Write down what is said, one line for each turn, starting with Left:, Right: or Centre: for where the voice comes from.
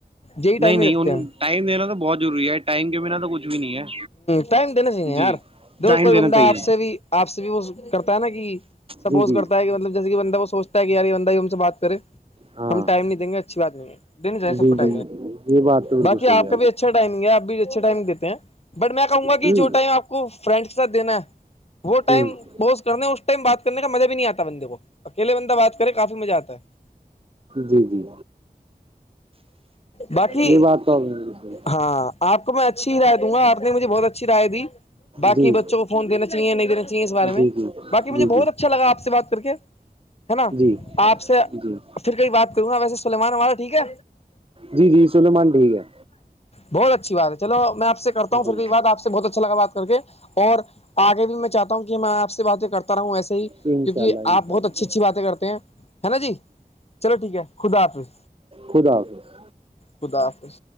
Left: یہی ٹائم
Right: نہیں نہیں
Left: ہی رکھتے ہیں ہم
Right: ٹائم دین تو بہت ضروری ہے ٹائم کے بنا تو کچھ بھی نہیں ہے
Left: ٹائم دنے چاہیے یار
Right: جی
Left: دیک
Right: ٹائم
Left: کوئی
Right: دینا
Left: بندہ
Right: چاہیے
Left: آپ سے بھی آپ سے بھی وہ کرتا ہے نا کہ سپوز
Right: جی جی
Left: کرتا ہے کہ مطل جیسے کہ بندہ وہ سوچتا ہے کہ یہ بندہ ہی ہم سے بات کرے
Right: ہاں
Left: ہم ٹائ نہیں دیں گے اچھی بات نہیں جسا
Right: جی
Left: کوٹے
Right: جی یہ بات تو بالکل
Left: باقی
Right: صحیح
Left: آپ
Right: ہے
Left: کا بھی اچھا ٹائمگ ہے آ بھی اچھا ٹائم دیتے ہیں بٹ میں کہوں گا کہ
Right: ہ
Left: جوٹا آپ کو فرینڈ کے ساتھ دینا ہے وہ ٹائم
Right: ہ
Left: بوز کرنا ہے اس ٹائم بات کرنے کا مزہ بھی نہیں آتا بندے کو اکیلے بندہ بات کرے کافی مزہ آتا ہے
Right: جی جی
Left: باقی
Right: یہ بات تو جی
Left: ہاں آپ کو میں اچھی ہی رائے آرنے مجھے بہت اچھی رائے دی بھای
Right: جی
Left: بچوں کو فون دیینا چاہیے نہیں دین چاہے اس بارے
Right: جی
Left: میں
Right: جی جی جی
Left: بقی مجھے بہت اچھا لگا سے بات کر کے ہے نا
Right: جی
Left: آپ سے
Right: جی
Left: پھر کیں بات کروں گا ویسے سلیمان ہمارا ٹھیک ہے
Right: جی جی سلیمان ٹھیک ہے
Left: بہت اچھی بات ہے چلو میں آپ سے کرتا
Right: جی
Left: ہوں
Right: جی
Left: پھر کئی بات آپ سے بہت اچھا لگا بات کر کے اور آگے بھی میں چاہتا ہوں کہ میں آپ سے باتیں کرتا رہا ہوں و ایسے ہی
Right: جی انشاء
Left: کیونکہ
Right: اللہ انشاء
Left: آ بہت
Right: اللہ
Left: اچھی اچھی باتیں کرتے ہیں ہے نا جی چلو ٹھیک ہے خدا حافظ
Right: خدا حافظ
Left: خدا حافظ